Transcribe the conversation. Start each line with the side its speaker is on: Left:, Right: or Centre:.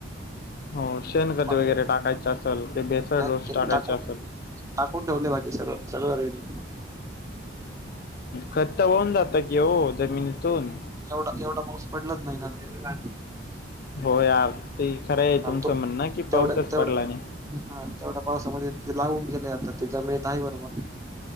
Left: हो शेणखत
Right: मग
Left: वगैरे टाकायचे असेल क बेसळ
Right: नाही
Left: रोस
Right: ते
Left: टाकायचा
Right: टाकून
Left: असेल.
Right: टाकून ठेवले माझे सगळं सगळं रेडी.
Left: खट्ट होऊन जात की हो जमिनीतून.
Right: एवढा एवढा पाऊस पडलाच नाही ना ते.
Left: हो यार ते खरं आहे तुमचं
Right: तो
Left: म्हणण की
Right: तेवढ्या
Left: पाऊसच
Right: तेवढ्या
Left: पडला नाही.
Right: हा तेवढ्या पावसामध्ये लावून गेले आता त्याचा मिळत आहे बरोबर